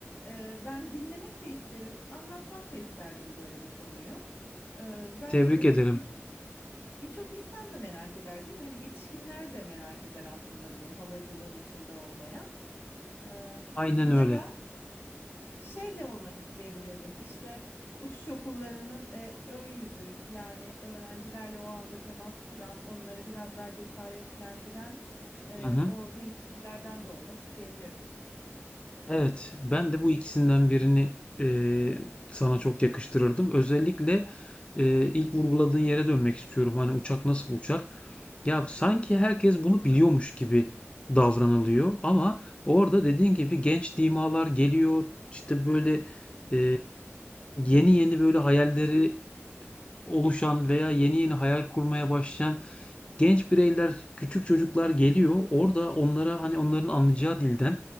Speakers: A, on the left; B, on the left.
A: e, ben dinlemek de isterim, anlatmak da isterdim böyle bir konuyu. Ee, bence
B: Tebrik
A: bunu
B: ederim.
A: birçok birçok insan da merak eder, değil mi? Hani yetişkinler de merak eder aslında bunu havacılığın içinde olmayan. Ee,
B: Aynen
A: ya
B: öyle.
A: da şey de olmak isteyebilirdim. İşte uçuş okullarının e, ön yüzü yani öğrencilerle o anda temas kuran, onları biraz daha cesaretlendiren e,
B: Hı hı.
A: o temsilcilerden de olmak isteyebilirdim.
B: Evet. Ben de bu ikisinden birini, eee, sana çok yakıştırırdım. Özellikle, eee, ilk vurguladığın yere dönmek istiyorum. Hani uçak nasıl uçar? Ya sanki herkes bunu biliyormuş gibi davranılıyor ama orada dediğin gibi genç dimalar geliyor işte böyle e, yeni yeni böyle hayalleri oluşan veya yeni yeni hayal kurmaya başlayan genç bireyler küçük çocuklar geliyor orada onlara hani onların anlayacağı dilden